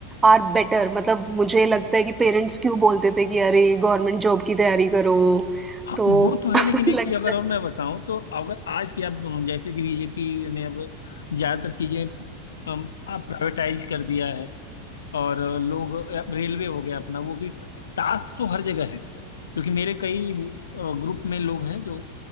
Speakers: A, on the right (about 15°); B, on the left (about 90°).
A: आर बेटर मतलब मुझे लगता है कि पेरेंट्स क्यों बोलते थे कि अरे गवर्नमेंट जॉब की तैयारी करो
B: हाँ
A: तो
B: वो तो है
A: <laughs>
B: लेकिन एक
A: लगता
B: चीज अगर
A: है
B: और मैं बताऊं तो अगर आज की आप जैसे कि बीजेपी ने अब ज्यादातर चीजें अम, आप प्राइवेटाइज कर दिया है और लोग अब रेलवे हो गया अपना वो भी टास्क तो हर जगह है क्योंकि मेरे कई ग्रुप में लोग हैं जो